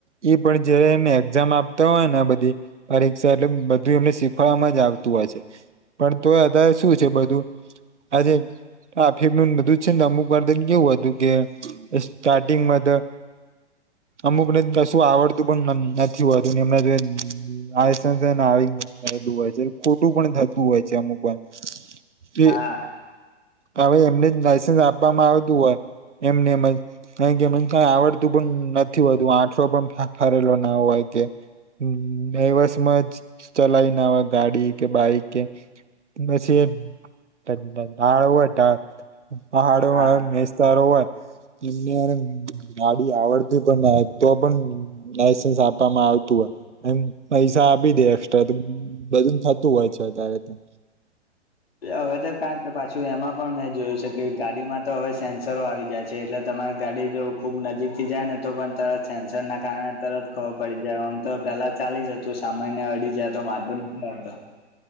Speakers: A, on the right (about 80°); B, on the left (about 55°).
A: ઈ પણ જે એને એક્ઝામ આપતા હોય ને આ બધી. પરીક્ષા એટલે બધુ એમને સીખવવામા જ આવતું હોય છે. પણ તો અદય શુ છે બધું. હજે આફેબનુ ન બધુ જ છે ને અમુક વર્દન કેવુ તું કે.. સ્ટાટિંગ મા ત અમુકને કશું આવડતુ તું પણ નમ નથી હોતું. <inaudible> આસસને આવી ગયેલુ હોય છે ખોટું પણ થતુ હોય છે અમુક વાર. તે
B: હા
A: હવે એમને જ લાઈસન્સ આપવામા આવતુ હોય એમને એમજ. કઈ કે મન કઈ આવડતુ પણ નથી હોતુ આઠળો પણ ફાફરેલો ના હોય કે. હમ ડાઈવસમાં જ ચલાય ના હોય ગાડી કે બાઈક કે. પછી એ. <unintelligible> પહાડો
B: હા
A: હોય મેસ્તારો હોય. <inaudible> ગાડી આવડતી પણ ન હોય, તો પણ. લાયસન્સ આપમા આવતુ હોય. એમ પૈસા આપી દે એક્સ્ટ્રા તો બધુ થતુ હોય છે ત્યારે ત.
B: અવે તો તા કે પાછુ એમાં પણ મે જોયુ છે કે ગાડીમા તો હવે સેન્સરો આવી જાય. છે એટલે તમાયે ગાડી જો ખુબ નજીકથી જાય ને ત પણ તરત સેન્સરના કારણે તરત ખ પડી જાય મ તો પેલા ચાલી જ હતુ સામાન્ય અડી જાય તો વાંધો